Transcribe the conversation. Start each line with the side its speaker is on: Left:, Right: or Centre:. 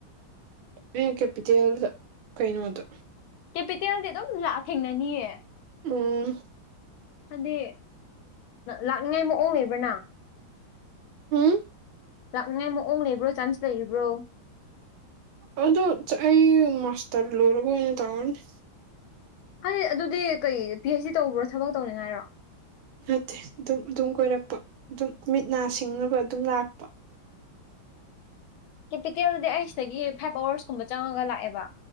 Right: ꯔꯦꯠ ꯀꯦꯄꯤꯇꯦꯜꯗ ꯀꯩꯩꯅꯣꯗ
Left: ꯀꯦꯄꯤꯇꯦꯜꯗꯤ ꯑꯗꯨꯝ ꯂ ꯊꯦꯡꯅꯅꯤꯌꯦ
Right: ꯎꯝ
Left: ꯍꯥꯏꯗꯤ ꯂꯥꯛꯅꯤꯡꯉꯥꯏ ꯃꯑꯣꯡ ꯂꯩꯕ꯭ꯔ ꯅꯪ
Right: ꯍꯝ
Left: ꯂꯥꯛꯅꯤꯡꯉꯥꯏ ꯃꯑꯣꯡ ꯂꯩꯕ꯭ꯔꯣ ꯆꯥꯟꯁ ꯂꯩꯔꯤꯕ꯭ꯔꯣ
Right: ꯑꯗꯣ ꯑꯩ ꯃꯥꯁꯇꯔ ꯂꯣꯏꯔꯒ ꯑꯣꯏꯅ ꯇꯧꯔꯅꯤ
Left: ꯍꯥꯏ ꯑꯗꯨꯗꯤ ꯀꯩ ꯄꯤ ꯑꯩꯩꯆ ꯗꯤ ꯇꯧꯕ꯭ꯔꯣ ꯊꯕꯛ ꯇꯧꯅꯤꯡꯉꯥꯏꯔꯣ
Right: ꯅꯠꯇꯦ ꯑꯗꯨꯝ ꯑꯗꯨꯝ ꯀꯣꯏꯔꯛꯄ ꯑꯗꯨꯝ ꯃꯤꯠ ꯅꯥ ꯁꯤꯡꯅꯕ ꯑꯗꯨꯝ ꯂꯥꯛꯄ
Left: ꯀꯦꯄꯤꯇꯦꯜꯗꯨꯗꯤ ꯑꯩ ꯁꯤꯗꯒꯤ ꯐꯥꯏꯚ ꯑꯋꯥꯔꯁ ꯀꯨꯝꯕ ꯆꯪꯉꯒ ꯂꯥꯛꯑꯦꯕ